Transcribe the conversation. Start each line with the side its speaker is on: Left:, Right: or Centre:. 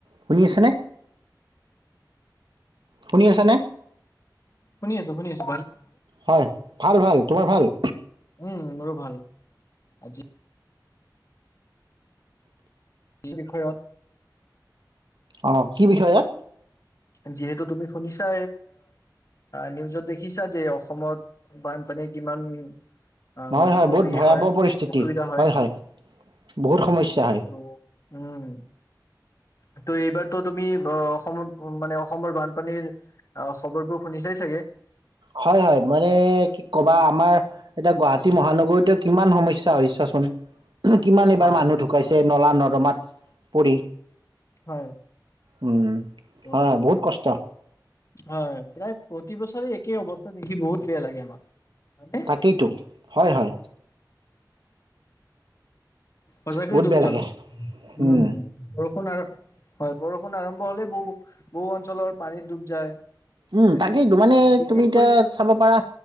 Right: শুনি আছেনে। শুনি আছে নে।
Left: শুনিছো, শুনিছো।
Right: হয় ভাল ভাল। তোমাৰ ভাল।
Left: উম মোৰো ভাল আজি। এই বিষয়ত।
Right: অ কি বিষয়য়াত?
Left: যিহেতু তুমি শুনিছা নিউজত দেখিছা যে অসমত বানপানী কিমান। আহ,
Right: হয়
Left: মানে
Right: হয়
Left: অ,
Right: বহুত
Left: ই
Right: ভয়াৱহ
Left: হয়
Right: পৰিস্থিতি
Left: অসুবিধা
Right: হয় হয় বহুত সমস্যা হয়।
Left: ত' উম ত' এইবাৰতো তুমি অসমৰ মানে অসমৰ বানপানীৰ খবৰবোৰ শুনিছাই চাগে।
Right: হয় হয় মানে কি ক'বা আমাৰ এতিয়া গুৱাহাটী মহানগৰীতে কিমান সমস্যাছচোন। কিমান এবাৰ
Left: হয়
Right: মানুহ ঢুকাইছে নলা নল। ৰমাত পৰি।
Left: হয়
Right: উম,
Left: ত
Right: হয় হয় বহুত কষ্ট
Left: হয় প্ৰায়। প্ৰতি বছৰে একেই অৱস্থাত দেখি বহুত বেয়া লাগে আমাক। হয়নে
Right: তাকেইতো হয়, হয়।
Left: সচাকৈয়
Right: বহুত
Left: দুখজনক
Right: বেয়া লাগে
Left: উ।
Right: উম।
Left: বৰষুণ হয় বৰষুণ আৰম্ভ হলেই বহ বহু অঞ্চলৰ পানীত ডুব যায়।
Right: উম
Left: হয়নে?
Right: তাকেইো মানে
Left: বিশেষকৈ
Right: তুমি এতিয়া চাব পাৰা